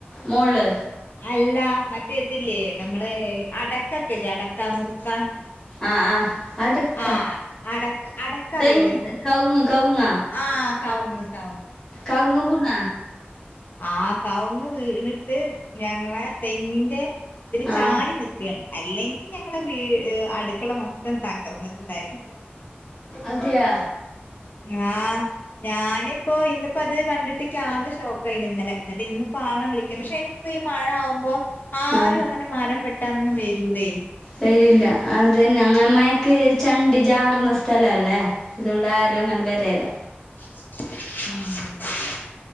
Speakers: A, on the left; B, on the left.
A: മോള്
B: അല്ല മറ്റേതില്ലേ നമ്മള് അടക്കക്കല്ലേ അടക്കാ മുറുക്കാൻ
A: ആ ആ അടക്ക
B: ആഹ് അടക്ക അടക്ക
A: തെങ്
B: അറിയില്ലേ മുറുക്ക്
A: കൗങ് കൗങ്ങ
B: ആഹ് കവുങ്ങ് കവുങ്ങ്
A: കൗങ്ങ്പുണ
B: ആ കൗങ്ങ് വീണിട്ട് ഞങ്ങളെ തെങ്ങിന്റെ തില് ചാരി
A: ആഹ്
B: ന്ക്കാണ് അല്ലെങ്കിൽ ഞങ്ങളെ വീ അടുക്കള മൊത്തം തകർന്നിട്ടുണ്ടാരുന്നു
A: അതെയാ
B: ആ ഞാനിപ്പോ ഇന്നിപ്പോ അത് കണ്ടിട്ട്ക്ക് ആകെ ഷോക്കയിന് ഇന്നലെ ന്നിട്ട് ഇന്ന്പ്പാള വിളിക്കും പക്ഷെ അയിന് പ്പ ഈ മഴ ആകുമ്പോ ആരും
A: ആഹ്
B: അങ്ങനെ മരം വെട്ടാനൊന്നും വരൂല്ലേ
A: വരില്ല അത് തന്നെ അങ്ങനെ മയക്ക് ചണ്ടി ചാർന്ന സ്ഥല അല്ലേ അതുകൊണ്ട് ആരും അങ്ങനെ വരല്ല
B: <unintelligible>